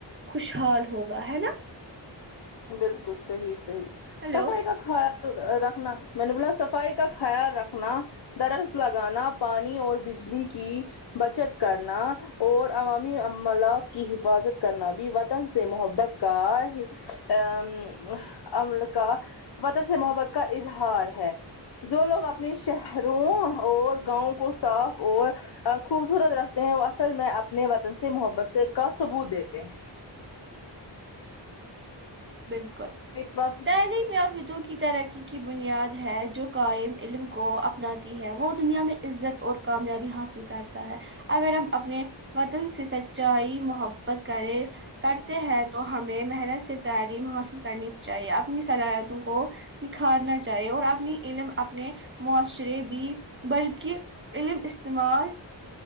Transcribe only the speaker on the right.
خوشحال ہوگا ہے نا
ہلو
بالکل
نہیں مر فتوں کی ترقی کی بنیاد ہے جو قائم علم کو اپناتی ہے وہ دنیا میں عزت اور کامیابی حاصل کرتا ہے اگر ہم اپنے وطن سے سچائی محبت کریں کرتے ہیں تو ہمیں محنت سے تعلیم حاصل کرنی چاہیے اپنی صلاحیتوں کو نکھارنا چاہیے اور اپنی علم اپنے معاشرے بھی بلکہ علم استعمال